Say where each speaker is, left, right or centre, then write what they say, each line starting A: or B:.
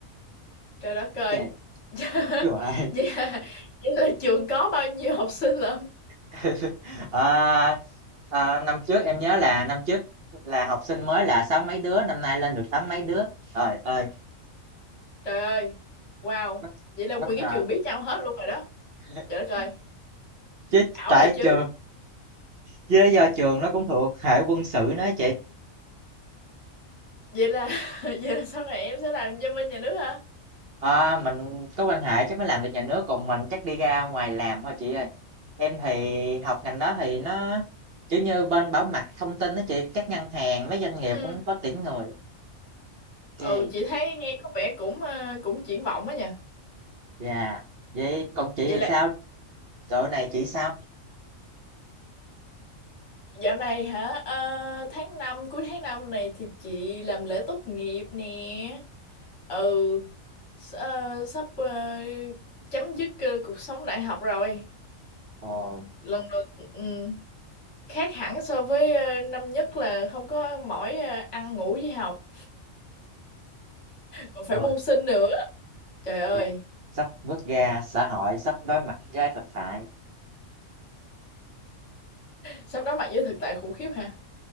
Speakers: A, on the left; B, on the right.
A: Trời đất ơi.
B: chứ
A: <laughs>
B: chưa ai
A: Vậy là, vậy là trường có bao nhiêu học sinh lận?
B: <laughs> Ờ, ờ, năm trước em nhớ là năm trước là học sinh mới là sáu mấy đứa, năm nay lên được tám mấy đứa. Trời ơi,
A: Trời ơi. Wow.
B: bất,
A: Vậy là nguyên
B: bất ngờ.
A: cái trường biết nhau hết luôn rồi đó.
B: <laughs>
A: Trời đất ơi.
B: Chứ
A: Ảo
B: tại
A: thiệt chứ.
B: trường, chứ do trường nó cũng thuộc hệ quân sự nữa chị.
A: Vậy là <laughs> vậy là sau này em sẽ làm cho bên nhà nước hả?
B: Ờ, mình có quan hệ chắc mới làm được nhà nước, còn mình chắc đi ra ngoài làm thôi chị ơi. Em thì học ngành đó thì nó kiểu như bên bảo mật thông tin đó chị, các ngân hàng, mấy doanh
A: Ừ.
B: nghiệp cũng có tuyển người. Chị,
A: Ừ chị thấy nghe có vẻ cũng ờ, cũng triển vọng á nha.
B: Dạ. Vậy còn chị
A: Vậy
B: thì
A: là
B: sao? Dạo này chị sao?
A: dạo này hả? Ờ, tháng 5 cuối tháng 5 này thì chị làm lễ tốt nghiệp nè. Ừ. S- ờ, sắp ờ, chấm dứt ờ, cuộc sống đại học rồi.
B: Ồ,
A: lần đầu ừm, khác hẳn so với ờ, năm nhất là không có mỏi ờ, ăn ngủ với học còn phải
B: ờ,
A: mưu sinh nữa trời ơi
B: dạ. Sắp bước ra xã hội, sắp đối mặt với thực tại.
A: sắp đối mặt với thực tại khủng khiếp hả